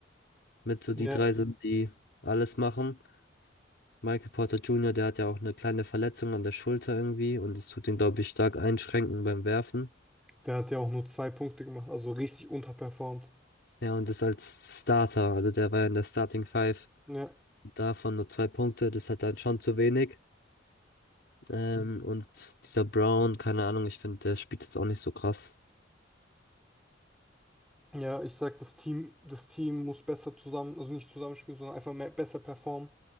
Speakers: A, on the left; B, in the centre.
A: mit so
B: ja,
A: die drei sind, die alles machen. Michael Porter Jr., der hat ja auch eine kleine Verletzung an der Schulter irgendwie und es tut ihn, glaube ich, stark einschränken beim Werfen.
B: der hat ja auch nur zwei Punkte gemacht, also richtig unterperformt.
A: Ja, und ist als Starter, also der war ja in der Starting Five,
B: Ja,
A: davon nur zwei Punkte, das hat dann schon zu wenig. Ähm, und dieser Brown, keine Ahnung, ich finde, der spielt jetzt auch nicht so krass.
B: ja, ich sag, das Team, das Team muss besser zusammen, also nicht zusammenspielen, sondern einfach mehr, besser performen.